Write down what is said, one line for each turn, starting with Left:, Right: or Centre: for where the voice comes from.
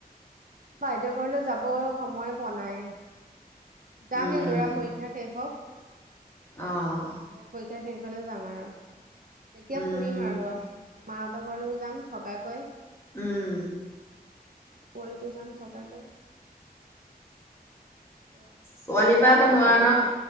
Right: বাইদেউ ঘৰলৈ যাব সময় পোৱা নাই। যামেই
Left: উম
Right: লৰা পৰীক্ষা শেষ হওক।
Left: অ
Right: লৰা পৰীক্ষা শেষহলে যাম আৰু। তেতিয়া
Left: উম
Right: ফুৰিম আৰু মাহঁতৰ ঘৰলৈও যাম থকাকৈ।
Left: উম
Right: পুৱালিকো যাম থকাকৈ। <unintelligible> আকৌ
Left: পোৱালিৰ
Right: যাম
Left: পৰা আকৌ
Right: আৰু
Left: নোৱাৰা
Right: চবলৈকে
Left: ন,